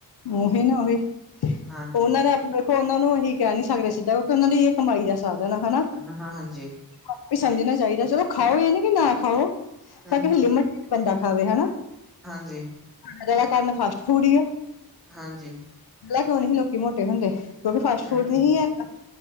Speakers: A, on the left (about 80°); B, in the centre.
A: ਓਹੀ ਨਾ ਓਹੀ,
B: ਹਾਂਜੀ,
A: ਓਨਾਂ ਨੇ ਦੇਖੋ ਓਨਾਂ ਨੂੰ ਏਹੀ ਕਹਿ ਨੀ ਸਕਦੇ ਸਿੱਧਾ ਕਿਉਕਿ ਓਨਾਂ ਦੀ ਏ ਕਮਾਈ ਦਾ ਸਾਧਨ ਆ, ਹਨਾ!
B: ਹ-ਹਾਂ-ਹਾਂਜੀ!
A: ਆਪੇ ਸਮਝਣਾ ਚਾਈਦਾ ਚਲੋ ਖਾਓ ਏ ਨੀ ਕੀ ਨਾ ਖਾਓ
B: ਹੂੰ-ਹੂੰ।
A: ਪਰ ਕਿਸੇ ਲਿਮਟ ਬੰਦਾ ਖਾਵੇ ਹਨਾ!
B: ਹਾਂਜੀ।
A: ਐ ਜਾਦਾ ਗੰਦ ਫਾਸਟ ਫੂਡ ਈ ਆ।
B: ਹਾਂਜੀ।
A: ਪੈਲਾਂ ਕਿਉਂ ਨਹੀਂ ਸੀ ਲੋਕੀ ਮੋਟੇ ਹੁੰਦੇ ਕਿਉਂਕਿ ਫਾਸਟ
B: ਹੂੰ-ਹੂੰ,
A: ਫੂਡ ਨੀ ਹੀ ਹੈਗਾ,